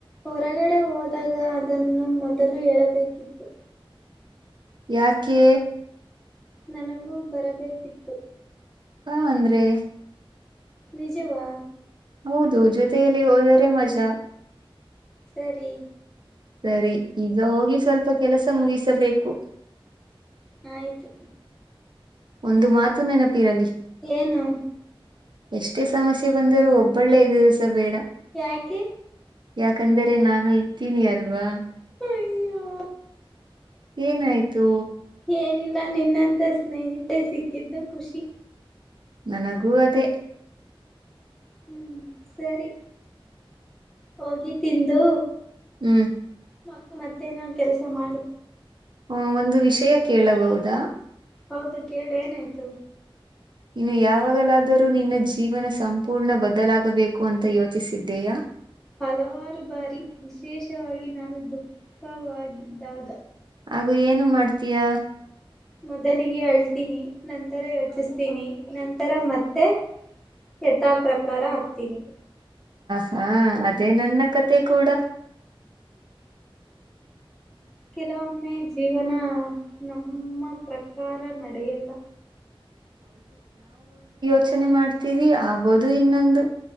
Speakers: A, in the centre; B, on the right.
A: ಹೊರಗಡೆ ಹೋದಾಗ ಅದನ್ನು <unintelligible> ಹೇಳಬೇಕಿತ್ತು
B: ಯಾಕೆ
A: ನನಗೂ ಬರಬೇಕಿತ್ತು
B: ಹಾ ಅಂದ್ರೆ
A: ನಿಜವಾ
B: ಹೌದು ಜೊತೆಯಲ್ಲಿ ಹೋದರೆ ಮಜಾ
A: ಸರಿ
B: ಸರಿ ಈಗ ಹೋಗಿ ಸ್ವಲ್ಪ ಕೆಲಸ ಮುಗಿಸಬೇಕು
A: ಆಯ್ತು
B: ಒಂದು ಮಾತು ನೆನಪ ತಿರಲಿ
A: ಏನು
B: ಎಷ್ಟೇ ಸಮಸ್ಯೆ ಬಂದರೂ ಒಬ್ಬಳ್ಳೆ ಎದುರಿಸಬೇಡ
A: ಯಾಕೆ
B: ಯಾಕಂದರೆೆ ನಾನು ಇದ್ದೀನಿ ಅಲ್ವಾ
A: ಅಯ್ಯೋ
B: ಏನಾಯ್ತು
A: ಏನಿಲ್ಲ ನಿನ್ನಂತ ಸ್ನೇಹಿತೆ ಸಿಕ್ಕಿದ್ದು ಖುಷಿ
B: ನನಗೂ ಅದೇ
A: ಹ್ಮ್ ಸರಿ ಹೋಗಿ ತಿಂದು
B: ಹ್ಮ್
A: ಮ ಮತ್ತೇನ ಕೆಲ್ಸ ಮಾಡ
B: ಹ ಒಂದು ವಿಷಯ ಕೇಳಬಹುದಾ
A: ಹೌದು ಕೇಳಿ ಏನಾಯ್ತು
B: ಇನ್ನು ಯಾವಾಗಲಾದರೂ ನಿನ್ನ ಜೀವನ ಸಂಪೂರ್ಣ ಬದಲಾಗಬೇಕು ಅಂತ ಯೋಚಿಸಿದ್ದೀಯಾ
A: ಹಲವಾರು ಬಾರಿ ವಿಶೇಷವಾಗಿ ನಾನು ದುಃಖವಾಗಿದ್ದಾಗ
B: ಹಾಗು ಏನು ಮಾಡ್ತೀಯಾ
A: ಮೊದಲಿಗೆ ಅಳ್ತೀನಿ ನಂತರ ಯೋಚಿಸ್ತೀನಿ ನಂತರ ಮತ್ತೆ ಯಥಾ ಪ್ರಕಾರ ಹಾಕ್ತೀನಿ
B: ಹಾ ಅದೇ ನನ್ನ ಕತೆೆ ಕೂಡ
A: ಕೆಲವೊಮ್ಮೆ ಜೀವನ ನಮ್ಮ ಪ್ರಕಾರ ನಡೆಯಲ್ಲ
B: ಯಚನೆ ಮಾಡ್ತೀವಿ ಆಗೋದು ಇನ್ನೊಂದು